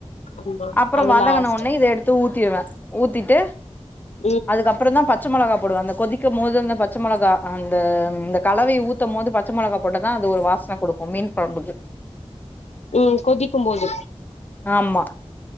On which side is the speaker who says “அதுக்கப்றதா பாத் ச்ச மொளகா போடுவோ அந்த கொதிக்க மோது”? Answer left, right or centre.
Left